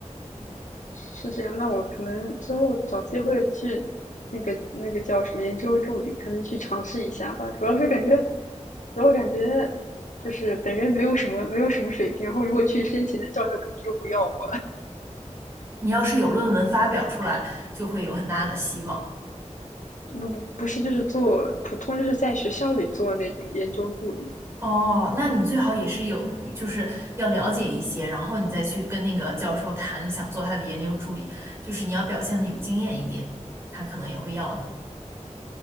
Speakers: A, on the left (about 80°); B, on the right (about 20°).
A: <laughs> 是这样。那我可能之后找机会去那个那个叫什么研究助理，可能去尝试一下吧。主要是感觉，主要感觉就是本人没有什么没有什么水平，然后如果去申请的教授可能又不要我。
B: 你要是有论文发表出来，就会有很大的希望。
A: 不不不是，就是做普通，就是在学校里做那种研究助理，
B: 哦，那你最好也是有，就是要了解一些，然后你再去跟那个教授谈你想做他的研究助理，就是你要表现的有经验一点，他可能也会要你。